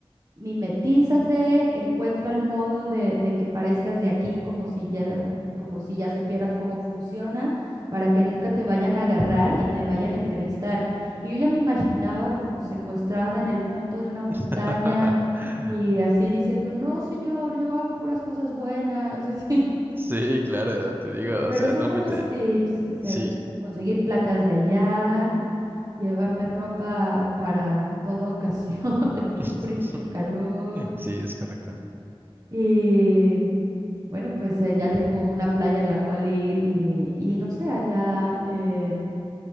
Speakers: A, on the right (about 35°); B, on the right (about 20°).
A: Mimetízate, encuentra el modo de, de que parezcas de aquí como si ya, como si ya supieras cómo funciona, para que nunca te vayan a agarrar y te vayan a entrevistar. Y yo ya me imaginaba como secuestrada en el punto de una montaña
B: <laughs>
A: y así diciendo, no, señor, yo hago puras cosas buenas, <laughs> así.
B: Sí, claro, te digo,
A: Pero
B: o sea,
A: son
B: realmente
A: buenos tips, o sea,
B: sí,
A: conseguir placas de allá, llevarme ropa para toda ocasión, <laughs> de mucho
B: <laughs>
A: frío, y mucho calor.
B: sí, es correcto.
A: Y bueno, pues eh, ya tengo una playa en la cual ir y, y no sé, allá eh,